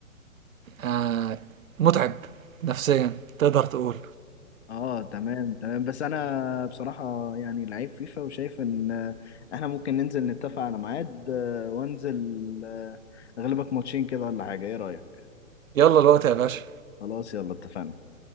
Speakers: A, on the right; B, on the left.
A: آه، متعب نفسيا تقدر تقول
B: اه تمام تمام بس انا بصراحة يعني لعيب فيفا وشايف ان آه، احنا ممكن ننزل نتفق على ميعاد آه، وانزل آه، اغلبك ماتشين كده ولا حاجة ايه رأيك
A: يلا الوقت يا باشا
B: خلاص يلا اتفقنا